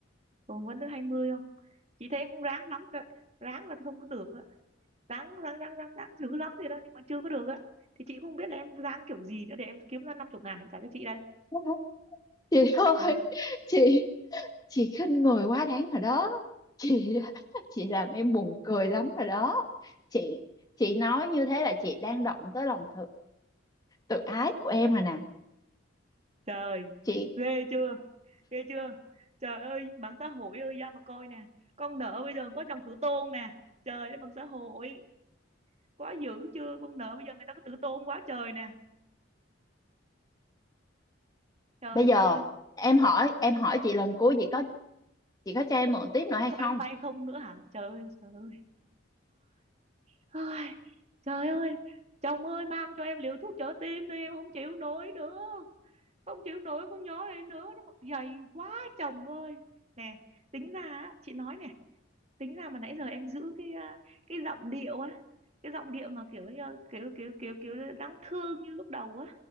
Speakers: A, on the right; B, on the left.
A: còn quán thứ 20 không chị thấy em cũng ráng lắm đó ráng là không có được á ráng ráng ráng ráng ráng dữ lắm thì đó nhưng mà chưa có được á thì chị cũng không biết là em ráng kiểu gì nữa để em kiếm ra năm chục ngàn em trả cho chị đây
B: <laughs> chị ơi
A: hả
B: chị chị khinh người quá đáng rồi đó chị <laughs> chị làm em buồn cười lắm rồi đó chị chị nói như thế là chị đang động tới lòng tự tự ái của em rồi nè
A: trời
B: chị
A: ghê chưa ghê chưa trời ơi mạng xã hội ơi ra mà coi nè con nợ bây giờ có dòng tử tôn nè trời ơi mạng xã hội quá dữ chưa con nợ bây giờ người ta có tử tôn quá trời nè trời
B: bây giờ
A: ơi
B: em hỏi em hỏi chị lần cuối chị có chị có cho em mượn tiếp
A: chị
B: nữa
A: có
B: hay
A: cho
B: không
A: em vay không nữa hả trời ơi trời ơi Ai, trời ơi, chồng ơi mang cho em liều thuốc trợ tim đi, em không chịu nổi nữa. Không chịu nổi con nhỏ này nữa, nó mặc dày quá chồng ơi. Nè, tính ra á, chị nói nè, tính ra mà nãy giờ em giữ cái à, cái giọng điệu á, cái giọng điệu mà kiểu như- kiểu kiểu kiểu kiểu đáng thương như lúc đầu á